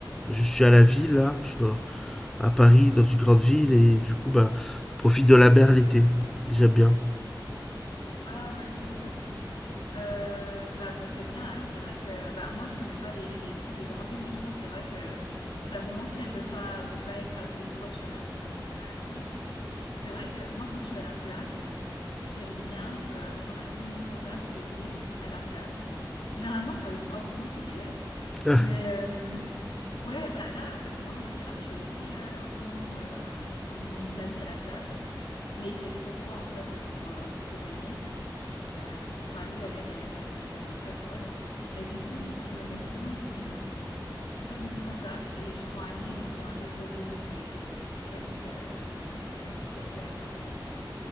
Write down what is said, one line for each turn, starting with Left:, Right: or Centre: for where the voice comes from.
Centre: je suis à la ville là, je dois- à Paris, dans une grande ville, et du coup, bah, profite de la mer l'été. J'aime bien.
Left: Ah ouais, cool, cool. Euh, bah ça c'est bien. Alors c'est vrai que bah moi je connais pas les, les trucs des grandes villes, mais je pense que c'est vrai que <laughs> ça me manquerait de pas de pas être assez proche, euh, comment dire, de la nature. C'est vrai que moi quand je suis à la plage, j'aime bien euh, genre être sur mon transat et lire à la plage. Généralement je me donne pas beaucoup, tu sais,
Centre: Ah,
Left: mais euh, ouais bah là en fait c'est marrant parce que là je suis aussi euh, en ce moment euh, en, Italie à la plage, mais il fait trop froid en fait pour euh, pour se baigner. Euh, Enfin, l'eau, elle, elle reste quand même très froide. Mais du coup, je me mets souvent sous mon, sur mon transat et je prends un livre ou un livre audio et j'écoute euh, j'écoute ce- mes podcasts et mes,